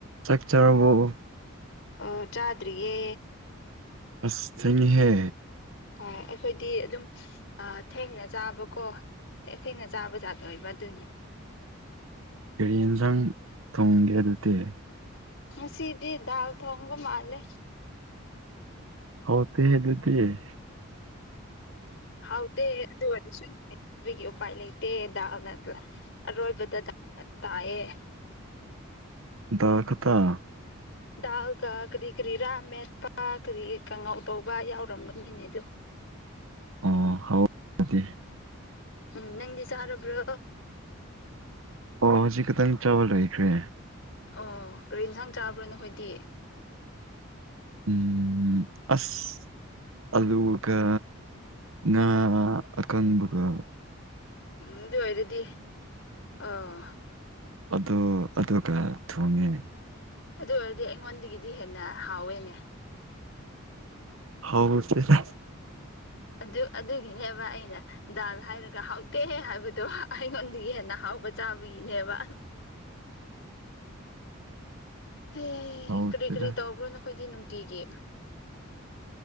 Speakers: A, on the right (about 75°); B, on the left (about 60°).
A: ꯆꯛ ꯆꯔꯕ‌ꯣ
B: ꯑꯥ ꯆꯥꯗ꯭ꯔꯤꯌꯦ
A: ꯑꯁ ꯊ‌ꯦꯡꯉꯤꯍꯦ
B: ꯍꯣꯏ ꯑꯩꯈꯣꯏꯗꯤ ꯑꯗꯨꯝ ꯑ ꯊꯦꯡꯔ ꯆꯥꯕꯀꯣ ꯊ‌ꯦꯡ ꯊꯦꯡꯅ ꯆꯥꯕ ꯖꯥꯠ ꯑꯣꯏꯕ ꯑꯗꯨꯒꯤ
A: ꯀꯔꯤ ꯏꯟꯖꯥꯡ ꯊꯣꯡꯒꯦ ꯑꯗꯨꯗꯤ
B: ꯉꯁꯤꯗꯤ ꯗꯥꯜ ꯊꯣꯡꯕ ꯃꯥꯜꯂꯦ
A: ꯍꯥꯎꯇ‌ꯦ ꯑꯗꯨꯗꯤ <inaudible>
B: ꯍꯥꯎꯇ‌ꯦ ꯑꯗꯨ ꯑꯣꯏꯔꯁꯨ <inaudible> ꯕꯒꯤ ꯎꯄꯥꯏ ꯂꯩꯇꯦ ꯗꯥꯜꯅ ꯑꯔꯣꯏꯕꯗ <unintelligible> ꯇꯥꯏꯌ‌ꯦ
A: ꯗꯥꯜ ꯈꯇꯥ
B: ꯗꯥꯜꯒ ꯀꯔꯤ ꯀꯔꯤ ꯔꯥ ꯃꯦꯠꯄ ꯀꯔꯤ ꯀꯥꯡꯉꯧ ꯇꯧꯕ ꯌꯥꯎꯔꯝꯒꯅꯤꯅꯦ ꯑꯗꯨ
A: ꯑꯣ ꯍꯥꯎ <inaudible> ꯗꯤ
B: ꯎꯝ ꯅꯪꯗꯤ ꯆꯥꯔꯕ꯭ꯔꯣ
A: ꯑꯣ ꯍꯧꯖꯤꯛ ꯈꯇꯪ ꯆꯥꯕ ꯂꯣꯢꯈ꯭ꯔꯦ
B: ꯑꯣ ꯀꯔꯤ ꯏꯟꯁꯥꯡ ꯆꯥꯕ꯭ꯔꯥ ꯅꯈꯣꯏꯇꯤ
A: ꯎꯝ ꯑꯁ ꯑꯂꯨꯒ ꯉꯥ ꯑꯀꯪꯕꯒꯥ
B: ꯎꯝ ꯑꯗꯨ ꯑꯣꯏꯔꯗꯤ ꯑꯥ
A: ꯑꯗꯨ ꯑꯗꯨꯒ ꯊꯣꯡꯉꯦ
B: ꯑꯗꯨ ꯑꯣꯏꯔꯗꯤ ꯑꯩꯉꯣꯟꯗꯒꯤꯗꯤ ꯍꯦꯟꯅ ꯍꯥꯎꯋꯦꯅꯦ
A: ꯍꯥꯎꯇꯦꯗ
B: ꯑꯗꯨ ꯑꯗꯨꯒꯤꯅꯦꯕ ꯑꯩꯅ ꯗꯥꯜ ꯍꯥꯏꯔꯒ ꯍꯥꯎꯇꯦꯍꯦ ꯍꯥꯏꯕꯗꯣ ꯑꯩꯉꯣꯟꯗꯒꯤ ꯍꯦꯟꯅ ꯍꯥꯎꯕ ꯆꯥꯕꯒꯤꯅꯦꯕ ꯍꯦ
A: ꯍꯥꯎꯇꯦꯗ
B: ꯀꯔꯤ ꯀꯔꯤ ꯇꯧꯕ꯭ꯔꯣ ꯅꯈꯣꯏꯗꯤ ꯅꯨꯡꯇꯤꯒꯤ